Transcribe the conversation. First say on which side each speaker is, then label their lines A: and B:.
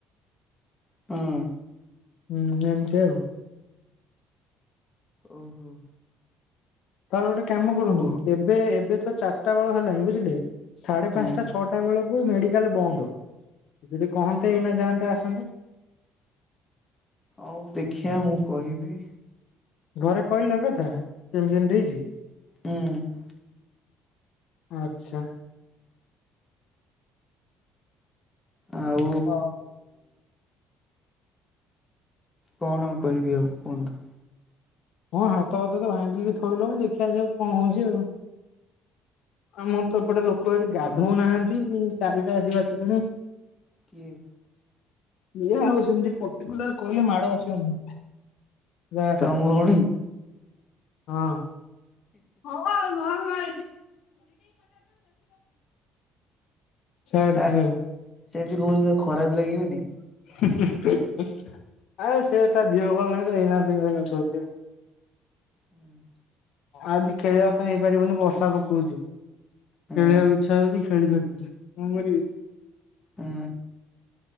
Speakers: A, on the left; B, on the left.
A: ହଁ।
B: ହୁଁ ଏମତି ଆଉ।
A: ଓହୋ।
B: ତାହେଲେ ଗୋଟେ କାମ
A: ଆଉ
B: କରନ୍ତୁ
A: କୁହ
B: ଏବେ ଏବେ ତ ଚାରିଟା ବେଳ ହେଲାଣିିଁ ବୁଝିଲେ ସାଢ଼େ
A: ହଁ।
B: ପାଞ୍ଚଟା ଛଅଟା ବେଳକୁ ମେଡିକାଲ ବନ୍ଦ ଯଦି କହନ୍ତେ ଏଇନା ଯାଆନ୍ତେ ଆସନ୍ତେ
A: ଆଉ ଦେଖିଆ ମୁଁ କହିବି।
B: ଘରେ କହିଲ ଏକଥା ଏମିତି ଏମିତି ହେଇଛି।
A: ହୁଁ।
B: ଆଚ୍ଛା।
A: ଆଉ
B: ହଁ।
A: କଣ କହିବି ଆଉ କୁହନ୍ତୁ?
B: ହଁ ହାତ ଭାତ ତ ଭାଙ୍ଗିକି ଥୋଇିଲାଣି ଦେଖାଯାଉ କଣ ହୋଉଛି ଆଉ ଆମର ତ ଏପଟେ ଲୋକ ଏଠି ଗାଧଉ ନାହାନ୍ତି ଚାରିଟା ଆସି ବାଜିଲାଣି।
A: କିଏ?
B: କିଏ ଆଉ ସେମିତି ପର୍ଟିକୁଲାର କହିଲେ ମାଡ଼ ବସିବ ଆମକୁ ଯାହା।
A: ତମ ଭଉଣୀ
B: ହଁ। ହଁ ହଁ <unintelligible> ଛାଡ଼େ ଛାଡ଼େ।
A: ଆ ସେମିତି କହୁଛ ତାକୁ ଖରାପ ଲାଗିବନି।
B: <unintelligible> ଆରେ ସେ ତା ଦିଅ ଭଲ ନାଇଁ ତ ଏଇନା ଆସିକି ଗାଧୋଉଛି ଆଉ।
A: ହୁଁ।
B: ଆଜି ଖେଳିବା ତ ହେଇପାରିବନି ବର୍ଷା ପକଉଛି ଖେଳିବାକୁ
A: ହୁଁ
B: ଇଚ୍ଛା ହଉଛି। ଖେଳି ପାରୁନି କଣ କରିବି।
A: ହୁଁ।